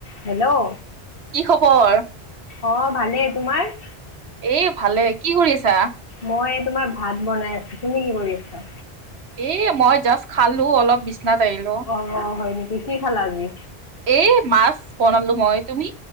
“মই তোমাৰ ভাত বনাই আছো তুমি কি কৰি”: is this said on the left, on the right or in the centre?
Left